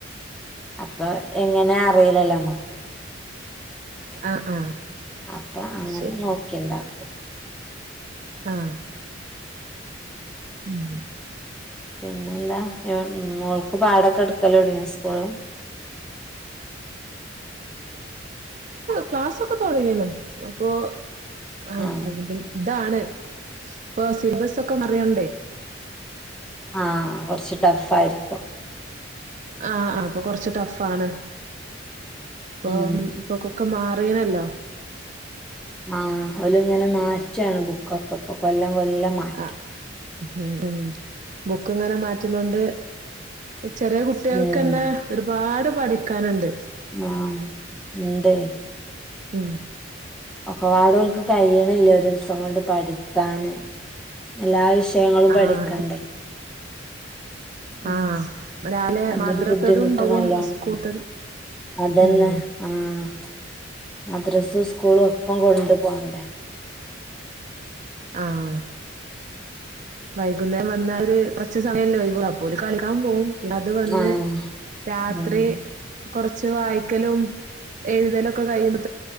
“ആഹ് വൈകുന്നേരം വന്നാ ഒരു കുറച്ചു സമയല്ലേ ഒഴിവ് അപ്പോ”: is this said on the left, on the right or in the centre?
Right